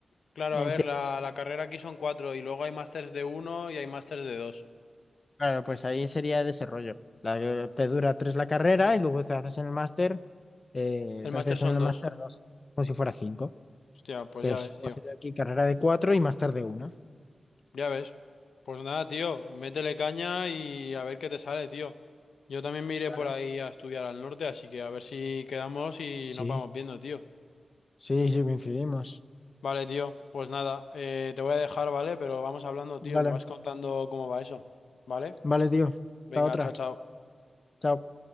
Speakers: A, on the left; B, on the left.
A: claro,
B: Ente-
A: a ver, la, la carrera aquí son cuatro y luego hay másters de uno y hay másters de dos.
B: Claro, pues ahí sería desarrollo. La que te dura tres la carrera y luego te haces en el máster, eh,
A: El
B: te
A: máster
B: haces
A: son
B: en el
A: dos.
B: máster dos, como si fuera cinco.
A: Hostia, pues
B: Tres.
A: ya ves, tío.
B: Va a ser aquí carrera de cuatro y más tarde una.
A: Ya ves. Pues nada, tío, métele caña y a ver qué te sale, tío. Yo también me iré
B: Vale.
A: por ahí a estudiar al norte, así que a ver si quedamos y
B: Sí,
A: nos vamos viendo, tío.
B: sí, sí, coincidimos.
A: Vale, tío, pues nada, eh, te voy a dejar, ¿vale? Pero vamos hablando,
B: Vale,
A: tío, me vas contando cómo va eso, ¿vale?
B: vale, tío.
A: Venga,
B: Hasta otra.
A: chao, chao.
B: Chao.